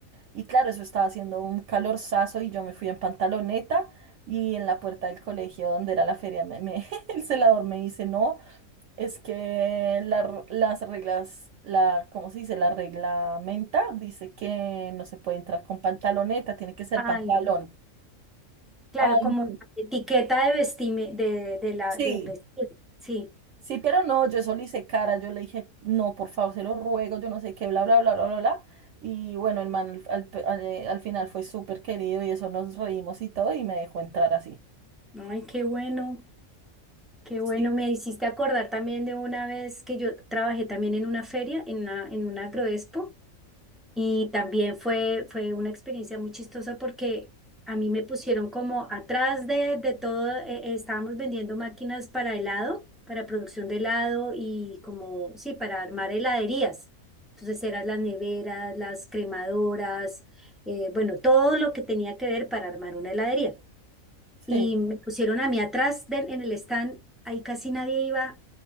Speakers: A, on the right; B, in the centre.
A: Y claro, eso estaba haciendo un calorzazo y yo me fui en pantaloneta. Y en la puerta del colegio donde era la feria, me, me- <laughs> el celador me dice, no, es que la r- las reglas, la, ¿cómo se dice? La reglamenta dice que no se puede entrar con pantaloneta, tiene que ser
B: Ay,
A: pantalón.
B: no. Claro,
A: Ay,
B: como la etiqueta de vestime, de, de la,
A: sí,
B: del vestir. Sí.
A: sí, pero no, yo eso le hice cara, yo le dije, no, por favor, se lo ruego, yo no sé qué, bla, bla, bla, bla, bla, bla. Y bueno, el man al, al pe- al- eh, al final fue súper querido y eso nos reímos y todo y me dejó entrar así.
B: Ay, qué bueno, qué bueno.
A: Sí.
B: Me hiciste acordar también de una vez que yo trabajé también en una feria, en una, en una agroexpo. Y también fue, fue una experiencia muy chistosa porque a mí me pusieron como atrás de, de todo, eh, eh, estábamos vendiendo máquinas para helado, para producción de helado y como, sí, para armar heladerías. Entonces eran las neveras, las cremadoras, eh, bueno, todo lo que tenía que ver para armar una heladería.
A: Sí.
B: Y me pusieron a mí atrás del- en el stand, ahí casi nadie iba